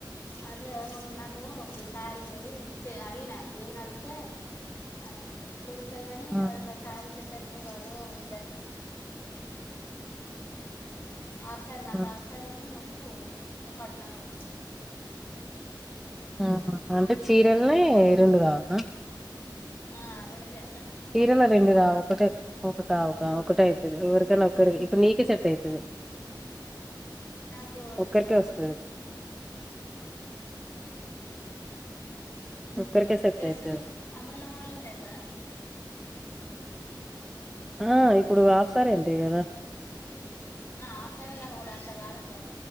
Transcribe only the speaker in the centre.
హ్మ్.
హ్మ్.
ఆ అంటే చీరలనే
రెండు కావన్నా
తీరనా రెండి రా ఒకటే ఒకట ఒక ఒకటే అవుతుది ఎవరికైనా ఒకరికి ఇప్పుడు నీక సెట్ అవుతుది
ఒక్కరికే
వస్తది. ఒక్కరికే సెట్
అయితది.
ఆ ఇప్పుడు ఆసారేంటిడి కదా